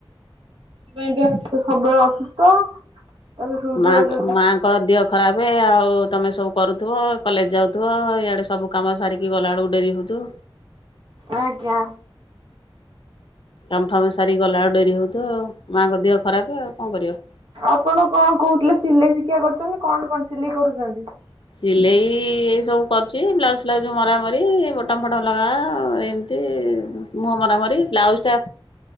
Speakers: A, on the right; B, on the left.
A: ପାଇଁ ଦେ ସବୁବେଳେ ଅସୁସ୍ଥ। ତାପରେ ହୃଦୟ
B: ମା
A: ଯୋଉ
B: ମା ଦେହ ଖରାପେ ଆଉ ତୁମେ ସବୁ କରୁଥିବ କଲେଜ ଯାଉଥିବ ଇଆଡ଼େ ସବୁ କାମ ସାରିକି ଗଲାବେଳକୁ ଡେରି ହେଉୁଥିବ।
A: ଆଜ୍ଞା।
B: କାମ ଫାମ ସାରିକି ଗଲା ଆଉ ଡରି ହୋଉଥିବ ମାଙ୍କ ଦେହ ଖରାପ ଆଉ କଣ କରିବ?
A: ଆପଣ କଣ କହୁଥିଲେ ସିଲେଇ ଶିକ୍ଷା କରୁଚନ୍ତି କଣ କଣ ସିଲେଇ କରୁଚନ୍ତି?
B: ସିଲେଇ ଏଇ ସବୁ କରିୁଛି ବ୍ଲାଉଜ ଫ୍ଲାଉଜ ମର ମରି ବଟମ ଫଟମ ଲଗା ଏ ମୁହଁ ମରା ମରି ବ୍ଲାଉଜ ଟା